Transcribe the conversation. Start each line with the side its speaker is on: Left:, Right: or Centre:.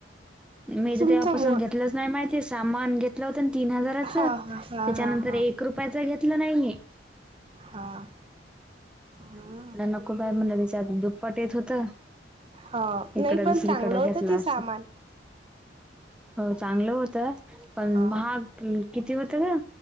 Centre: मी
Right: तुमचा
Centre: तर तेवपासून
Right: मूळ
Centre: घेतलंच नाही माहितीये सामान घेत. होत तीन हजाराच
Right: हा
Centre: त्याच्यानंतर
Right: हा हा हा हा
Centre: एक रुपयाचं घेतलं नाहीये.
Right: हां ह.
Centre: म्हणलं नको बाय म्हटलं त्यांच्या आधी दुप्पट येत होतं.
Right: हा
Centre: इकड
Right: नाही पण
Centre: दुसरीकड
Right: चांगलं
Centre: घेतला
Right: होतं ते सामान
Centre: अस. हो चांगलं होतं पण
Right: हा
Centre: महाग किती होत का?